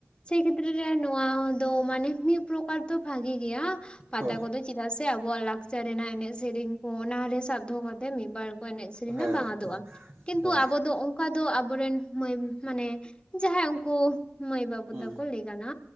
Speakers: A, on the left; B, on the right.
A: ᱪᱷᱮ ᱠᱷᱮᱛᱨᱮ ᱨᱮ ᱱᱚᱣᱟ ᱫᱚ ᱢᱟᱱᱮ <unintelligible> ᱵᱮᱯᱟᱨ ᱫᱚ ᱵᱷᱟᱜᱤ ᱜᱮᱭᱟ,
B: ᱦᱳᱭ
A: ᱯᱟᱛᱟ ᱠᱚᱫᱚ ᱪᱮᱫᱟᱜ ᱥᱮ ᱟᱵᱚᱣᱟᱜ ᱞᱟᱠᱪᱟᱨ ᱨᱮᱱᱟᱜ ᱮᱱᱮᱡ ᱥᱮᱨᱮᱧ ᱠᱚ ᱚᱱᱟ ᱨᱮ ᱥᱟᱵ ᱫᱚᱦᱚ ᱠᱟᱛᱮ, ᱢᱤᱫᱵᱟᱨ ᱮᱱᱮᱡ ᱥᱮᱨᱮᱧ
B: ᱦᱳᱭ
A: ᱫᱚ ᱵᱟᱝ ᱟᱫᱚᱜᱼᱟ, ᱠᱤᱱᱛᱩ
B: ᱦᱳᱭ
A: ᱟᱵᱚ ᱫᱚ ᱚᱠᱟ ᱫᱚ ᱟᱵᱚᱨᱮᱱ ᱢᱟᱹᱭ ᱢᱟᱱᱮ ᱡᱟᱦᱟᱸᱭ ᱩᱱᱠᱩ ᱢᱟᱹᱭ ᱵᱟᱹᱵᱩ
B: ᱦᱳᱭ
A: ᱛᱟᱠᱚ ᱞᱟᱹᱭ ᱠᱟᱱᱟ